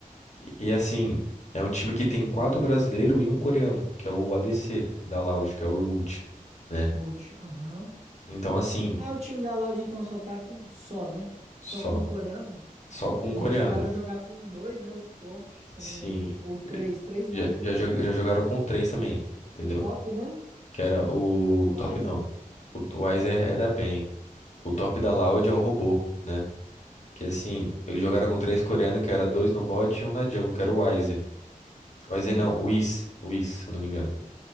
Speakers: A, on the left; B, on the right.
A: E, e, assim, é um time que tem quatro brasileiros e um coreano, que é o ADC da Loud, que é o Root, né?
B: Holt, aham.
A: Então, assim,
B: Ah, o time da Loud então só tá com. Só, né?
A: só.
B: Só com um coreano.
A: Só com
B: Eles
A: um coreano.
B: já chegaram a jogar com dois, né? O suporte também.
A: Sim.
B: Ou três. Três não,
A: Já,
B: né?
A: já, jo- já jogaram com três também, entendeu?
B: O top, né?
A: Que era o
B: Wiser?
A: top, não. O, o Weiser é da PEN. O top da Loud é o robô, né? Que assim, eles jogaram
B: Hum,
A: com três coreanos, que era dois no bot e um na jungle, que era o Weiser. Weiser
B: sim,
A: não, o Whis. O Whis, se eu não me engano.